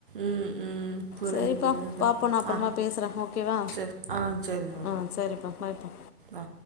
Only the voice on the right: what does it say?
ம் ம் புரியுது
புரியுது
ஆ
சரி ஆ சரிப்பா
ஆ